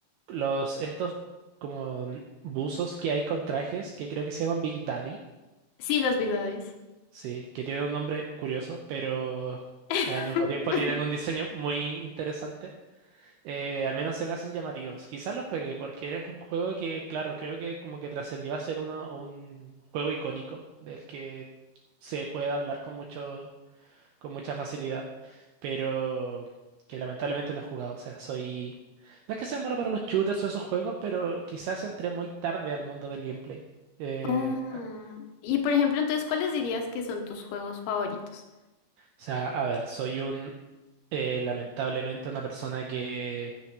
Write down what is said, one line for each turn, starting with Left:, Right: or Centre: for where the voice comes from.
Right: los, estos como buzos que hay con trajes que creo que se llaman Big Daddy,
Left: sí, las verdades.
Right: sí, que tiene un nombre curioso, pero
Left: <laughs>
Right: eh, al mismo tiempo tienen un diseño muy interesante. Eh, al menos se me hacen llamativos. Quizás lo juegue porque es un juego que, claro, creo que como que trascendió a ser uno, un juego icónico del que se puede hablar con mucho con mucha facilidad, pero que lamentablemente no he jugado. O sea, soy... No es que sea malo para los shooters o esos juegos, pero quizás entré muy tarde al mundo del gameplay. Eh,
Left: Oh,
Right: o
Left: Y por ejemplo, entonces, ¿cuáles dirías que son tus juegos favoritos?
Right: sea, a ver, soy un... eh, lamentablemente una persona que,